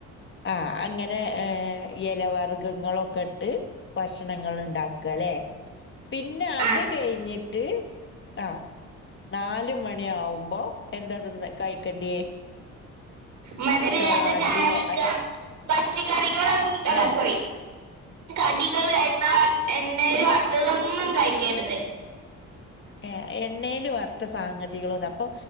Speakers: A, on the left; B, on the right.
A: ആഹ് അങ്ങനെ ഏഹ് എല വർഗങ്ങളൊക്കെ ഇട്ട് ഭക്ഷണങ്ങൾ ഇണ്ടാക്ക ല്ലെ പിന്നെ അത്
B: ആ
A: കഴിഞ്ഞിട്ട് ആഹ് നാൽ മണി ആവുമ്പോ എന്താ തിന്ന കഴിക്കണ്ടിയേ
B: മതിര
A: ചോളാണ്ടിയോ
B: ഇല്ലാത്ത ചായക്കാ പച്ചക്കറികൾ അല്ല
A: ആഹ്
B: സോറി കടികൾ എണ്ണ വർ എണ്ണൽ വറുത്തതൊന്നും കഴിക്കരുത്
A: ഏഹ് എണ്ണൽ വറുത്ത സാ ഗതികള അപ്പൊ